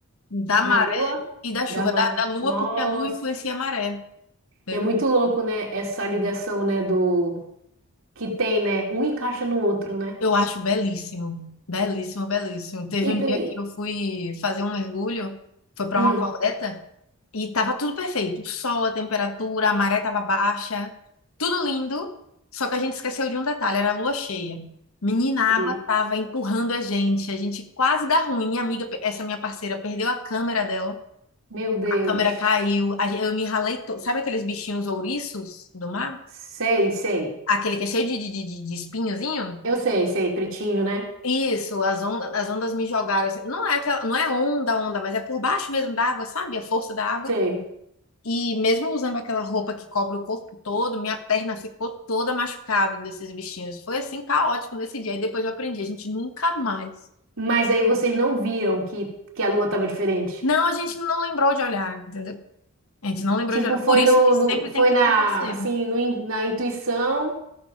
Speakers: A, on the left; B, on the right.
A: da
B: Da lua,
A: E da chuva,
B: da maré.
A: da, da lua,
B: Nossa.
A: porque a lua influencia a maré, entendeu?
B: E é muito louco, né? Essa ligação, né? Do que tem, né? Um encaixa no outro, né?
A: Eu acho belíssimo, belíssimo, belíssimo. Teve
B: E,
A: um dia
B: e-
A: que eu fui fazer um mergulho, foi para
B: hum,
A: uma coleta, e tava tudo perfeito. O sol, a temperatura, a maré tava baixa, tudo lindo, só que a gente esqueceu de um detalhe, era a lua cheia. Menina, a água
B: eita.
A: tava empurrando a gente, a gente quase dá ruim. Minha amiga, essa minha parceira, perdeu a câmera dela,
B: Meu Deus.
A: a câmera caiu, a gen- eu me ralei, to... sabe aqueles bichinhos ouriços do mar?
B: Sei, sei.
A: Aquele que é cheio de, de, de, de espinhozinho?
B: Eu sei, sei. Pretinho, né?
A: Isso, as, ondas as ondas me jogaram assim. Não é aquela, não é onda, onda, mas é por baixo mesmo da água, sabe? A força da água.
B: Sei.
A: E mesmo usando aquela roupa que cobre o corpo todo, minha perna ficou toda machucada desses bichinhos. Foi assim caótico nesse dia. E depois eu aprendi, a gente nunca mais.
B: Mas aí vocês não viram que, que a lua tava diferente.
A: Não, a gente não lembrou de olhar, entendeu? A gente não lembrou
B: Tipo,
A: de olhar.
B: foi
A: Por isso
B: no,
A: que sempre
B: no- foi
A: tem que
B: na,
A: ir com parceiro.
B: assim, no in- na intuição.